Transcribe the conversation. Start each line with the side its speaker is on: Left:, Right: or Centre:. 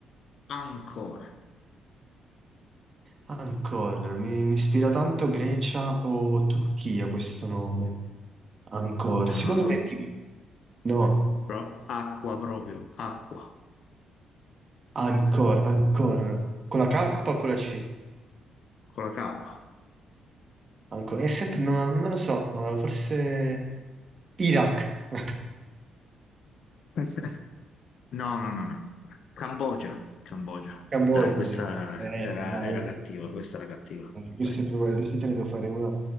Left: Angkor?
Right: Ancora, mi, mi ispira tanto Grecia o Turchia questo nome. Ancora,
Left: No.
Right: secondo me di- No,
Left: Pro- acqua proprio, acqua,
Right: ancora, ancora. Con la K o con la C?
Left: con la K.
Right: Ancora, è sempre, no, non lo so, forse Iraq. <laughs>
Left: <laughs> No, no, no, no. Cambogia, Cambogia.
Right: Cambogia.
Left: Dai, questa
Right: Eh,
Left: era,
Right: dai,
Left: era
Right: oh.
Left: cattiva, questa era cattiva.
Right: Eh, Queste
Left: Dai.
Right: proprio- adesso te ne devo fare una.